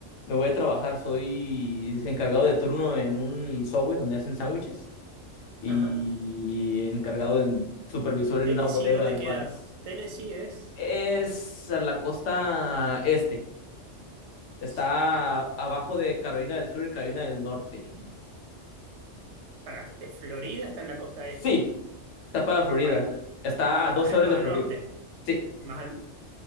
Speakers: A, on the left (about 70°); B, on the right (about 70°).
A: Me voy a trabajar. Soy encargado de turno en un Subway donde hacen sándwiches y
B: Ajá.
A: encargado en supervisor en
B: Tennessee,
A: una bodega
B: ¿dónde
A: de
B: queda?
A: Vans.
B: Tennessee es,
A: Es a la costa este. Está
B: es para, el-
A: abajo de Carolina del Sur y Carolina del Norte.
B: para eh, Florida está en la costa
A: Sí,
B: este,
A: está para Florida.
B: para,
A: Está
B: más,
A: a 12
B: a-
A: horas
B: más
A: de Florida.
B: al norte,
A: Sí,
B: más al...